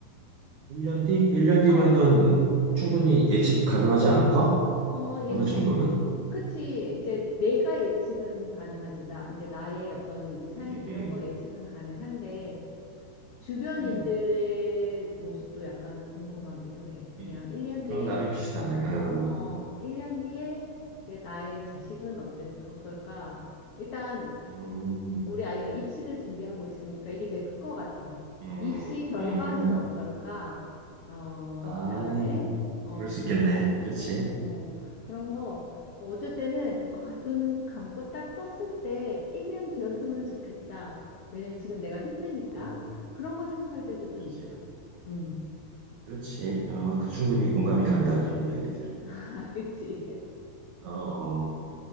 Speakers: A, on the right; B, on the left.
A: 1년 뒤? 1년 뒤면은
B: 어,
A: 충분히 예측 가능하지 않은가?
B: 어, 예측,
A: 어느 정도는?
B: 그치. 이제 내가 예측은 가능하지. 나, 이제 나의 어떤 삶,
A: 음,
B: 이런
A: 음,
B: 거 예측은 가능한데, 주변인들의
A: 음.
B: 모습도 약간 궁금하기도 해. 그냥
A: 이-
B: 1년
A: 그건
B: 뒤에,
A: 나름 비슷하네. 음,
B: 어, 1년 뒤에 이제 나의 자식은 어때, 어떨까? 일단
A: 음,
B: 우리 아이가 입시를 준비하고 있으니까 이게 제일 큰 것 같아.
A: 음,
B: 입시 결과는
A: 음.
B: 어떨까? 어,
A: 아,
B: 그다음에, 어,
A: 그럴 수 있겠네. 그렇지.
B: 어, 어, 어. 그런 거, 그 어쩔 때는, 아, 눈 감고 딱 떴을 때 1년 뒤였으면
A: 음,
B: 좋겠다. 왜냐면 지금 내가 힘드니까.
A: 음,
B: 그런 거 생각할 때도 좀
A: 그렇지.
B: 있어. 응,
A: 그렇지. 어, 그 충분히 공감이 간다. 그런 이야기들은.
B: <laughs>
A: 음,
B: 아, 그치?
A: 어.